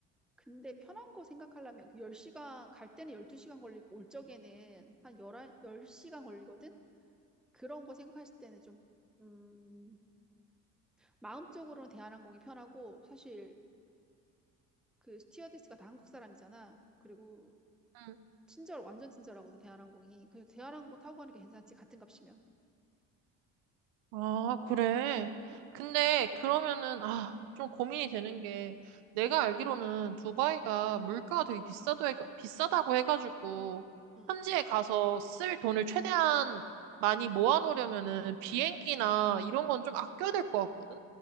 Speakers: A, in the centre; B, on the right (about 75°).
A: 근데 편한 거 생각하려면 그 10시간, 갈 때는 12시간 걸리고, 올 적에는 한1한열0시간 걸리거든? 그런 거 생각하실 때는 좀, 음, 마음적으로는 대한항공이 편하고, 사실 그 스튜어디스가 다 한국 사람이잖아. 그리고
B: 응.
A: 친절, 완전 친절하거든, 대한항공이. 그래서 대한항공 타고 가는 게 괜찮지, 같은 값이면.
B: 아, 그래.
A: 응,
B: 근데 그러면은, 아, 좀 고민이 되는 게, 내가 알기로는 두바이가 물가가 되게 비싸도 해, 비싸다고 해가지고,
A: 응.
B: 현지에 가서 쓸 돈을 최대한 많이 모아놓으려면은 비행기나 이런 건 좀 아껴야 될 것 같거든?